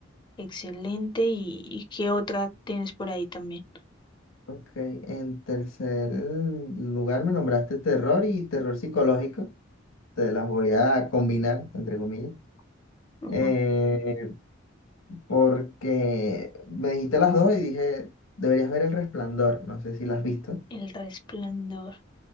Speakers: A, on the left; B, on the left.
A: Excelente. ¿Y, y qué otra tienes por ahí también?
B: Ok, en tercer lugar me nombraste terror y terror psicológico. Te las voy a combinar, entre comillas.
A: Ujú.
B: Eh, porque me dijiste las dos y dije, deberías ver El Resplandor. No sé si la has visto.
A: El resplandor.